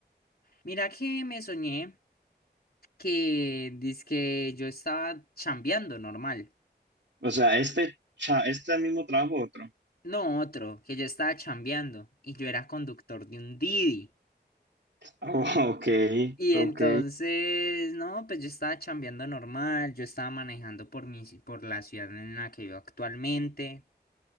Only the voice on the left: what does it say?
Mira que me soñé que dizque yo estaba chambeando normal.
No otro, que yo estaba chambeando y yo era conductor de un Didi.
Y
entonces, no, pues yo estaba chambeando normal, yo estaba manejando por mi, ci- por la ciudad en la que vivo actualmente.